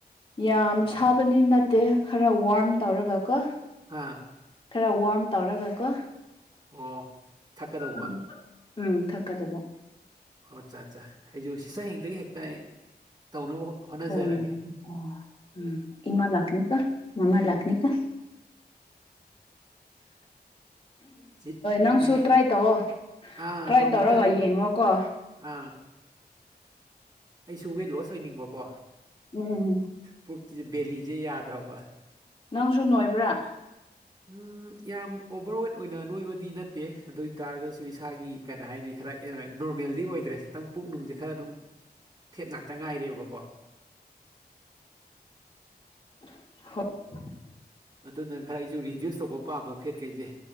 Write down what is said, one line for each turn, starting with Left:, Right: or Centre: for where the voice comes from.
Left: ꯌꯥꯝ ꯁꯥꯕꯗꯤ ꯅꯠꯇꯦ ꯈꯔ ꯋꯥꯔꯝ ꯇꯧꯔꯒꯀꯣ
Right: ꯑꯥ
Left: ꯈꯔ ꯋꯥꯔꯝ ꯇꯧꯔꯒ ꯀꯣ
Right: ꯑꯣ ꯊꯛꯀꯗꯧꯕ
Left: ꯎꯝ ꯎꯝ ꯊꯛꯀꯗꯕ
Right: ꯑꯣ ꯑꯠꯆꯥ ꯑꯠꯆꯥ ꯑꯩꯁꯨꯣ ꯁꯤꯇꯔ ꯍꯦꯗꯒꯤ ꯍꯦꯛꯇ ꯇꯧꯅꯕ ꯍꯣꯠꯅꯖꯔꯒꯦ
Left: ꯑꯣ ꯑꯣ ꯑꯝ ꯏꯃꯥ ꯂꯥꯥꯛꯅꯤꯀꯣ ꯃꯃꯥ ꯂꯥꯥꯛꯅꯤꯀꯣ
Right: ꯁꯤ
Left: ꯅꯪꯁꯨ
Right: ꯎꯝ
Left: ꯇ꯭ꯔꯥꯏ ꯇꯧꯑꯣ
Right: ꯑꯥ
Left: ꯇ꯭ꯔꯥꯏ
Right: ꯇꯧꯒꯦ
Left: ꯇꯧꯔꯒ
Right: ꯈꯜꯂꯤꯝ
Left: ꯌꯦꯡꯉꯣꯀꯣ
Right: ꯑꯥ ꯑꯩꯁꯨ ꯋꯦꯠ ꯂꯣꯁ ꯑꯣꯏꯅꯤꯡꯕꯀꯣ
Left: ꯎꯝ
Right: ꯄꯨꯛꯀꯤꯡꯕꯦꯂꯤꯖꯦ ꯌꯥꯗ꯭ꯔꯕ
Left: ꯅꯪꯁꯨ ꯅꯣꯏꯕ꯭ꯔꯥ
Right: ꯎꯝ ꯌꯥꯝ ꯑꯣꯕꯔꯋꯦꯗ ꯑꯣꯏꯅ ꯅꯣꯏꯕꯗꯤ ꯅꯠꯇꯦ ꯑꯗꯨ ꯑꯣꯏ ꯇꯥꯔꯒꯁꯨ ꯏꯁꯥꯒꯤ ꯀꯩꯅꯣ ꯍꯥꯏꯅꯤ ꯈꯔ ꯅꯣꯔꯃꯦꯜꯗꯤ ꯑꯣꯏꯗ꯭ꯔꯦ ꯈꯤꯇꯪ ꯄꯨꯛ ꯅꯨꯡꯁꯦ ꯈꯔ ꯑꯗꯨꯝ ꯐꯦꯠ ꯉꯥꯛꯇ ꯉꯥꯏꯔꯦꯕꯀꯣ
Left: <unintelligible>
Right: ꯑꯗꯨꯅ ꯈꯔꯥ ꯑꯧꯁꯨ ꯔꯤꯠ ꯭ꯌꯨꯁ ꯇꯧꯕ ꯄꯥꯝꯕ ꯐꯦꯠ ꯀꯩꯁꯦ